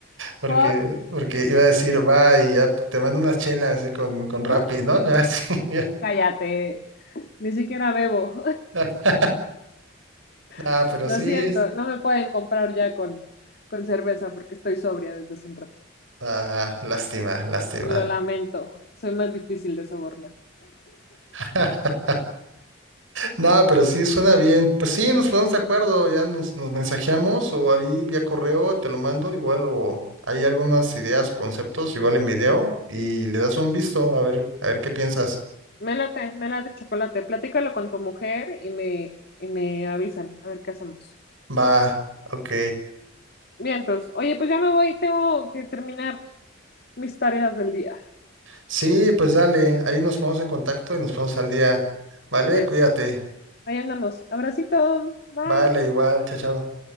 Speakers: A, on the right; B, on the left.
A: Porque,
B: Por
A: porque iba a decir, va y ya te mando unas chelas así con, con
B: No,
A: Rappi, ¿no? <laughs> Así, ya.
B: cállate, ni siquiera bebo.
A: <laughs> Ah,
B: <laughs>
A: pero
B: Lo
A: sí.
B: siento, no me pueden comprar ya con, con cerveza porque estoy sobria desde hace un rato.
A: Ah, lástima, lástima.
B: Lo lamento, soy más difícil de sobornar.
A: <laughs> No, pero sí suena bien. Pues sí, nos ponemos de acuerdo, ya nos, nos mensajeamos o ahí vía correo te lo mando, igual o hay algunas ideas o conceptos, igual en video y le das un visto a ver, a ver qué piensas.
B: Me late, me late chocolate. Platícalo con tu mujer y me, y me avisan a ver qué hacemos.
A: Va, ok.
B: Bien, entonces, oye, pues ya me voy, tengo que terminar mis tareas del día.
A: Sí, pues dale, ahí nos ponemos en contacto y nos ponemos al día. Vale,
B: Yes.
A: cuídate.
B: Ahí andamos. Abracito, bye.
A: Vale, igual, chao, chao.